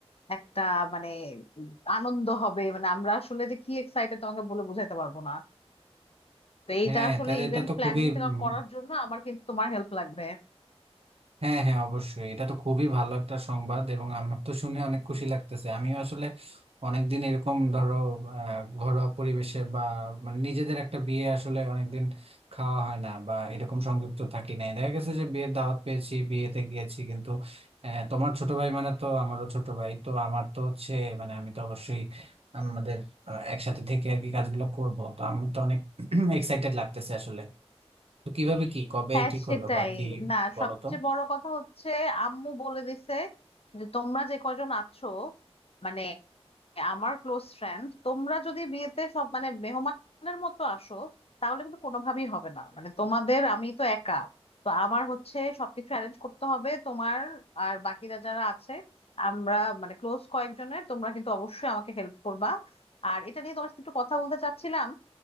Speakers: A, on the left (about 65°); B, on the right (about 65°).
A: একটা মানে আনন্দ হবে মানে আমরা আসলে যে কি এক্সাইটেড তোমাকে বলে বোঝাতে পারবো না তো এইটা
B: হ্যাঁ
A: আসলে
B: তাহলে
A: ইভেন্ট
B: এটা তো
A: প্ল্যানিংটা
B: খুবই উম,
A: করার জন্য আমার কিন্তু তোমার হেল্প লাগবে
B: হ্যাঁ হ্যাঁ অবশ্যই এটা তো খুবই ভালো একটা সংবাদ এবং আমার তো শুনে অনেক খুশি লাগতেছে আমিও আসলে অনেকদিন এরকম ধরো আহ, ঘরোয়া পরিবেশে বা মানে নিজেদের একটা বিয়ে আসলে অনেকদিন খাওয়া হয় না বা এরকম সংযুক্ত থাকি নাই দেখা গেছে যে বিয়ের দাওয়াত পেয়েছি বিয়েতে গিয়েছি কিন্তু আহ, তোমার ছোট ভাই মানে তো আমারও ছোট ভাই তো আমার তো হচ্ছে মানে আমি তো অবশ্যই আমাদের আহ, একসাথে থেকে আর কি কাজগুলো করব তো আমি তো অনেক <clears throat> এক্সাইটেড লাগতেছে আসলে তো কিভাবে কি কবে
A: হ্যাঁ
B: ঠিক
A: সেটাই
B: করলো বা কি
A: না
B: বলো
A: সবচেয়ে
B: তো
A: বড় কথা হচ্ছে আম্মু বলে দিছে যে তোমরা যে কজন আছো মানে আমার ক্লোজ ফ্রেন্ড তোমরা যদি বিয়েতে সব মানে মেহমানের মতো আসো তাহলে কিন্তু কোনোভাবেই হবে না মানে তোমাদের আমি তো একা তো আমার হচ্ছে সবকিছু অ্যারেঞ্জ করতে হবে তোমার আর বাকিরা যারা আছে আমরা মানে ক্লোজ কয়েকজনের তোমরা কিন্তু অবশ্যই আমাকে হেল্প করবা আর এটা নিয়ে তোমার সাথে একটু কথা বলতে চাচ্ছিলাম